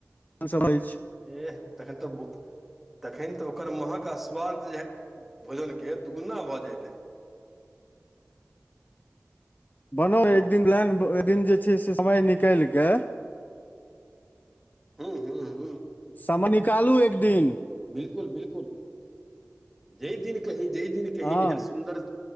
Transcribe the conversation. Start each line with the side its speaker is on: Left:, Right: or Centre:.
Left: सभ अछि
Centre: ऐह तखन तऽ भो- तखैन तऽ ओकर महक आ स्वाद जे हा-भोजनके दुगुना भऽ जाइत अइ
Left: बनाउ
Centre: हेलो
Left: न एक दिन लाइन एक दिन जे छै से समय निकालि के
Centre: हूँ हूँ हूँ
Left: समय निकालू एक दिन
Centre: बिल्कुल बिल्कुल जहि दिन कही जहि दिन कही
Left: हँ
Centre: एहन सुन्दर